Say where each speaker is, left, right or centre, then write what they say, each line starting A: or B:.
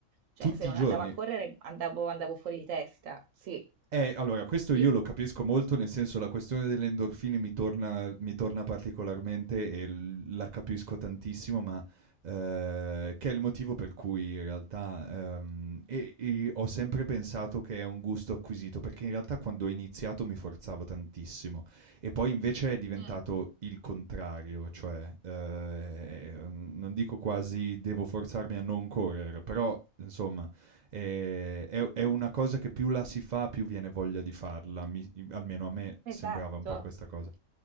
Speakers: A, on the right (about 70°); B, on the right (about 85°).
A: cioè
B: tutti
A: se non
B: i giorni
A: andavo a correre andavo, andavo fuori di testa, sì,
B: Eh, allora, questo
A: sì.
B: io lo capisco molto, nel senso la questione delle endorfine mi torna, mi torna particolarmente e l- la capisco tantissimo, ma eh, che è il motivo per cui in realtà ehm, e- e ho sempre pensato che è un gusto acquisito, perché in realtà quando ho iniziato mi forzavo tantissimo e poi invece è diventato
A: Mm,
B: il contrario, cioè eh, non dico quasi devo forzarmi a non correre, però insomma e- è, è una cosa che più la si fa, più viene voglia di farla. mi- almeno a me
A: esatto.
B: sembrava un po' questa cosa.